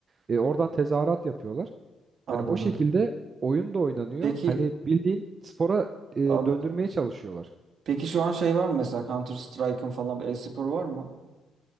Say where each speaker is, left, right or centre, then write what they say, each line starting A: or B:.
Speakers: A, on the right; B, on the right.
A: E, oradan tezahürat yapıyorlar.
B: Anladım.
A: Hani o şekilde oyun da oynanıyor.
B: Peki
A: Hani bildiğin spora e,
B: anladım.
A: döndürmeye çalışıyorlar.
B: Peki şu an şey var mı mesela Counter Strike'ın falan bir e-spor var mı?